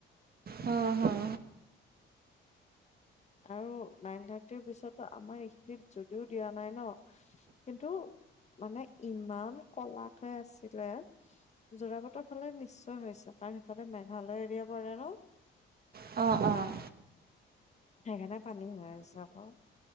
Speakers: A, on the right; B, on the left.
A: অ', হ'।
B: আৰু নাইন থাৰ্টিৰ পিছত আমাৰ এইখিনিত যদিও দিয়া নাই ন', কিন্তু, মানে ইমান ক'লাকে আছিলে জোৰাবাটৰ ফালে নিশ্চয় হৈছে, কাৰণ সেইফালে, মেঘালয় এৰিয়া পৰে ন'।
A: অ', অ'।
B: সেইকাৰণে পানী হৈ আছে, আকৌ।